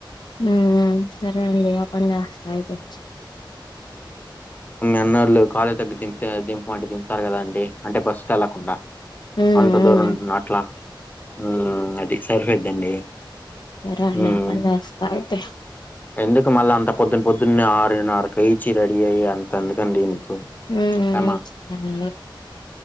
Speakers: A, on the left; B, on the left.
A: హ్మ్ మ్మ్ సరే అండి ఆ పని చేస్తా అయితే
B: ఎన్నాళ్లు కాలేజ్ దగ్గర దిం దింపమంటే దింపుతారు కదా అండి అంటే బస్సుకెళ్ళకుండా
A: ఉమ్
B: అంత
A: ఉమ్
B: దూరం అట్లా హ్మ్. అది సరిపోయిద్దండి.
A: సరే
B: హ్మ్.
A: లే ఆ పని చేస్తా అయితే
B: ఎందుకు మళ్ళ అంత పొద్దున్న పొద్దున్నే ఆరున్నర కి లేచి రెడీ అయ్యి అంత ఎందుకండి మీకు
A: హ్మ్
B: శ్రమ?
A: మ్మ్ చెప్పాలి